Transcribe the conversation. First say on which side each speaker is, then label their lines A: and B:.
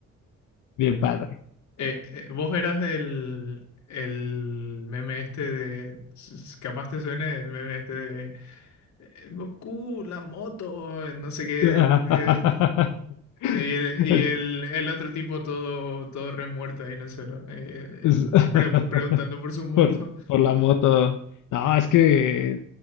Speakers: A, on the left (about 85°); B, on the left (about 70°).
A: Bien
B: Que-
A: padre.
B: eh, eh, vos eras el, el meme este de, s- s- capaz te suene el meme este eh, Goku, la moto, no sé qué.
A: <laughs>
B: eh, Y el, y
A: Es-
B: el- el otro tipo todo, todo remuerto ahí en el suelo, eh,
A: es- <laughs>
B: pregun- preguntando por su moto.
A: Por, por la moto. No, es que,